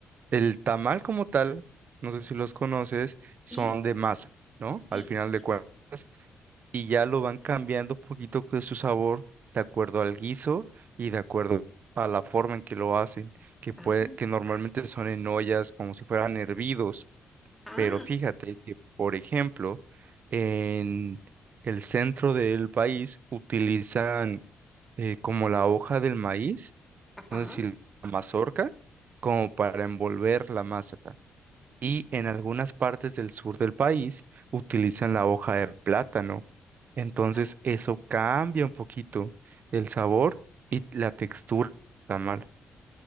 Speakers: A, on the right (about 40°); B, in the centre.
A: El tamal como tal, no sé si los conoces,
B: Sí,
A: son de masa, ¿no?
B: sí.
A: Al final de
B: sí.
A: cuentas, y ya lo van cambiando poquito de su sabor de acuerdo al guiso y de acuerdo a la forma en que lo hacen, que puede,
B: Ah,
A: que normalmente son en ollas como si fueran hervidos,
B: ah,
A: pero fíjate que, por ejemplo, en el centro del país utilizan eh, como la hoja del maíz,
B: ajá.
A: no sé si la mazorca, como para envolver la masa y en algunas partes del sur del país utilizan la hoja de plátano. Entonces
B: ah,
A: eso cambia un poquito el sabor y la textura del tamal.